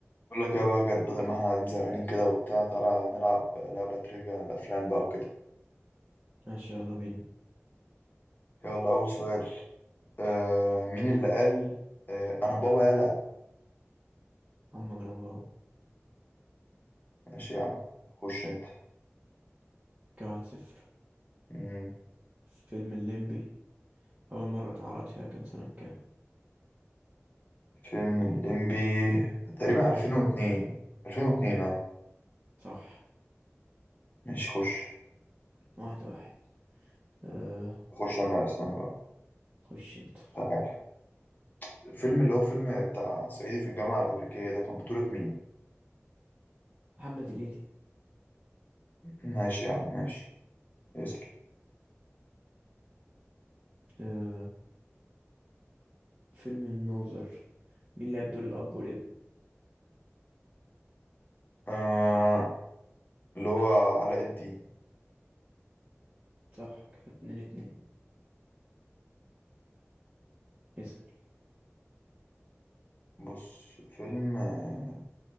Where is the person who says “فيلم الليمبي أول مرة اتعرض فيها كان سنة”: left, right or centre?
Right